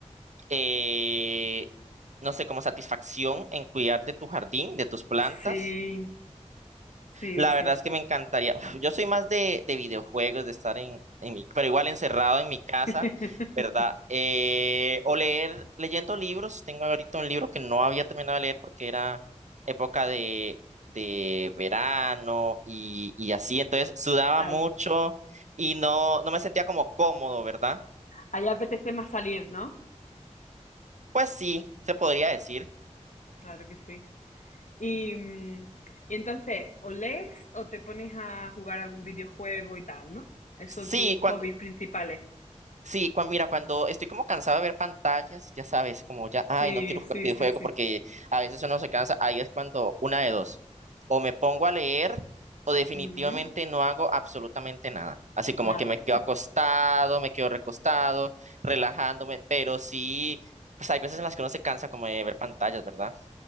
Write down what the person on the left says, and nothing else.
sí, sí,
sí.
<laughs>
Ahí,
ahí apetece más salir, ¿no?
Claro que sí. Y, mm, y entonces, o lees o te pones a jugar algún videojuego y tal, ¿no? Esos
son tus hobbies
principales.
Sí,
sí,
sí, sí.
Ujú,
Nada.